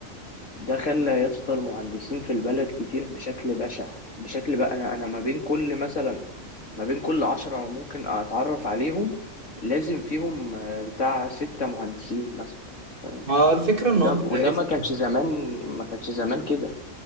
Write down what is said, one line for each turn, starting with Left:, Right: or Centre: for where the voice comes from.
Left: ده خلى يا اسطى المهندسين في البلد كتير بشكل بشع بشكل بقى أنا أنا ما بين كل مثلا ما بين كل عشرة ممكن أتعرف عليهم لازم فيهم آه، بتاع ستة مهندسين مثلا فاهم
Right: ما الفكرة ان
Left: وده
Right: هو بقى
Left: وده
Right: اسم
Left: ما كانش زمان ما كانش زمان كده